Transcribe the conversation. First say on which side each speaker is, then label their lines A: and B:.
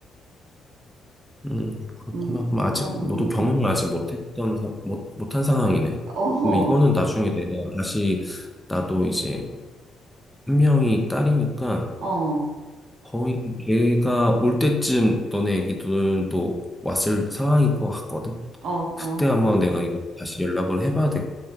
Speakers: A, in the centre; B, on the right.
A: 음, 그렇구나.
B: 음,
A: 그럼 아직
B: 음, 음,
A: 너도
B: 음.
A: 경험을
B: 음.
A: 아직 못했던 사- 못 못한 상황이네.
B: 어,
A: 그럼 이거는 나중에 내가 다시 나도 이제 한 명이 딸이니까
B: 어,
A: 거의 걔가 올 때쯤 너네 애기들도 왔을 상황일 것 같거든.
B: 어,
A: 그때
B: 어,
A: 한번 내가 이거 다시 연락을 해봐야 돼.